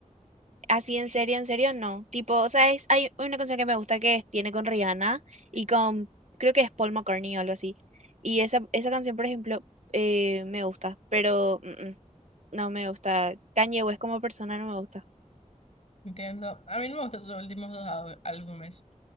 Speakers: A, on the right; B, on the left.
A: Así en serio, en serio, no. Tipo, o sea, es- hay una canción que me gusta que es- tiene con Rihanna y con, creo que es Paul McCartney o algo así. Y esa, esa canción, por ejemplo, eh, me gusta, pero mm, mm, no me gusta. Kanye West como persona no me gusta.
B: Entiendo. A mí no me gustan sus últimos dos au- álbumes,